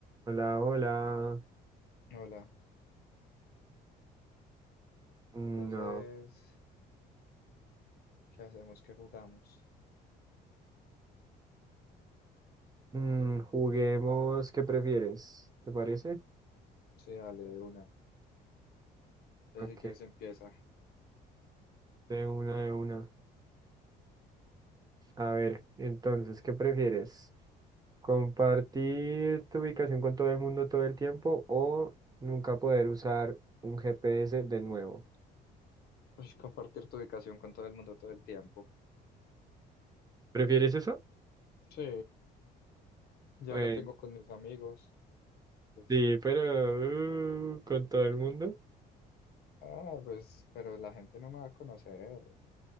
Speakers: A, on the right (about 20°); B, on the left (about 70°).
A: Hola, hola.
B: Hola,
A: No.
B: entonces, ¿qué hacemos? ¿Qué jugamos?
A: Mm, juguemos, ¿qué prefieres? ¿Te parece?
B: Sí, dale de una. Entonces,
A: Ok,
B: si quieres, empieza.
A: de una, de una. A ver, entonces, ¿qué prefieres? ¿Compartir tu ubicación con todo el mundo todo el tiempo o nunca poder usar un GPS de nuevo?
B: Uy, compartir tu ubicación con todo el mundo todo el tiempo.
A: ¿Prefieres eso?
B: Sí, ya
A: Bueno,
B: la tengo con mis amigos. Pues,
A: sí, pero uh, con todo el mundo.
B: ah, pues, pero la gente no me va a conocer.